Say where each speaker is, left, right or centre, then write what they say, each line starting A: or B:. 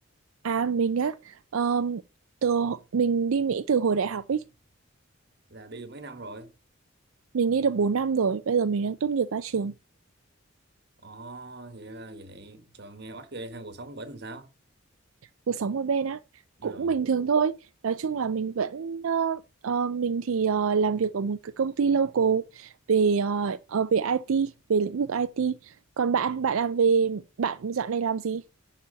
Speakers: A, on the right; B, on the right.
A: À mình á, ờ, từ mình đi Mỹ từ hồi đại học ấy,
B: Là đi được mấy năm rồi.
A: mình đi được 4 năm rồi, bây giờ mình đang tốt nghiệp ra trường,
B: Ồ thì ra là vậy. Trời nghe oách ghê ha cuộc sống bển làm sao?
A: cuộc sống ở bên á,
B: Ừ.
A: cũng bình thường thôi. Nói chung là mình vẫn, ờ, ờ, mình thì ờ, làm việc ở một cái công ty local về ờ, ờ, về IT, về lĩnh vực IT. Còn bạn, bạn làm về, bạn dạo này làm gì?